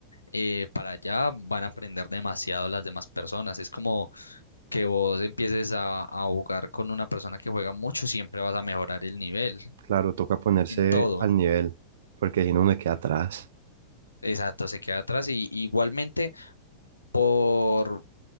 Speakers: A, on the left (about 80°); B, on the right (about 60°).
A: eh, para allá van a aprender demasiado las demás personas. Es como que vos empieces a, a jugar con una persona que juega mucho, siempre vas a mejorar el nivel
B: Claro, toca ponerse
A: en todo.
B: al nivel, porque si no uno queda atrás.
A: Exacto, se queda atrás y igualmente por